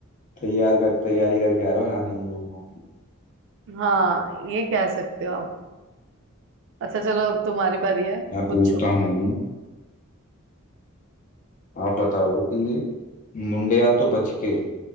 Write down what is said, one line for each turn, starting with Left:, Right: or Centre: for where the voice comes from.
Left: तैयार कर तैयारी करके आए हो हराने की मेरे को
Right: हाँ ये कह सकते हो आप अच्छा चलो अब तुम्हारी बारी है
Left: मैं
Right: पूछो
Left: पूछता हूँ आप बताओ कि मुंडिया तो बच के